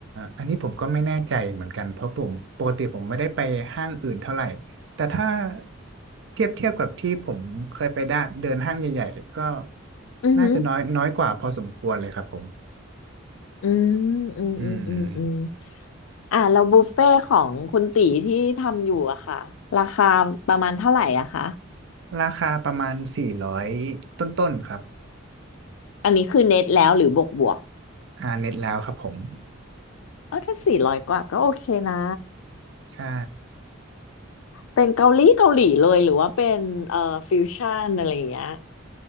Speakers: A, on the right; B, on the left.
A: อันนี้ผมก็ไม่แน่ใจเหมือนกันเพราะผมปกติผมไม่ได้ไปห้างอื่นเท่าไหร่แต่ถ้าเทียบเทียบกับที่ผมเคยไปด้านเดินห้างใหญ่ๆก็
B: อือหือ
A: น่าจะน้อยน้อยกว่าพอสมควรเลยครับผม
B: อืมอืมอืมอืมอืม
A: อืม
B: อ่ะแล้วบุฟเฟ่ของคุณตีที่ทำอยู่อะค่ะราคาประมาณเท่าไหร่อะคะ
A: ราคาประมาณสี่ร้อยต้นๆครับ
B: อันนี้คือเน็ตแล้วหรือบวกบวก
A: อ่าเน็ตแล้วครับผม
B: เออถ้าสี่ร้อยกว่าก็โอเคนะ
A: ใช่
B: เป็นเกาหลีเกาหลีเลยหรือว่าเป็นเอ่อฟิวชั่นอะไรอย่างเงี้ย